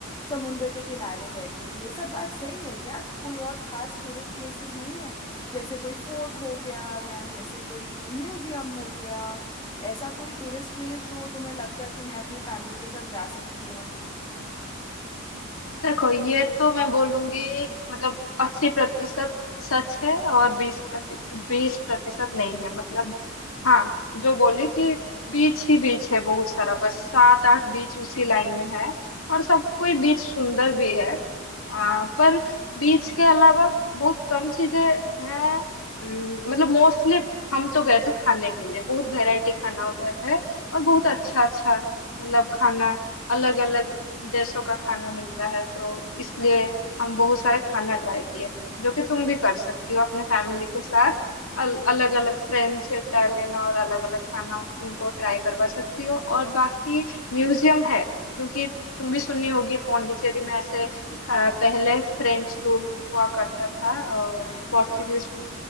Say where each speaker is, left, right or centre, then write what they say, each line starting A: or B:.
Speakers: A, on the left; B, on the left.
A: समुंदर के किनारे बैठो ये सब बात सही है क्या कोई और खास टूरिस्ट प्लेसेस नहीं है जैसे कोई फोर्ट हो गया या जैसे कोई म्यूजियम हो गया ऐसा कोई टूरिस्ट प्लेस जो तुम्हें लगता है कि मैं अपनी फैमिली के साथ जा सकती हूँ
B: देखो ये तो मैं बोलूंगी मतलब अस्सी प्रतिशत सच है और बीस बीस प्रतिशत नहीं है मतलब हाँ जो बोली कि बीच ही बीच है बहुत सारा बस सात आठ बीच उसी लाइन में है और सब कोई बीच सुंदर भी है आ, पर बीच के अलावा बहुत कम चीजें हैं उम, मतलब मोस्टली हम तो गए थे खाने के लिए बहुत वैरायटी खाना उधर है और बहुत अच्छा अच्छा मतलब खाना अलग अलग देशों का खाना मिलता है तो इसलिए हम बहुत सारे खाना ट्राई किए जो कि तुम भी कर सकती हो अपने फैमिली के साथ अल, अलग अलग फ्रेंच इटालियन और अलग अलग खाना उनको ट्राई करवा सकती हो और बाकी म्यूजियम है क्योंकि तुम भी सुनी होगी पौंडीचेरी में ऐसे अ, पहले फ्रेंच रूल हुआ करता था और
A: हाँ
B: पोर्चुगीज
A: हाँ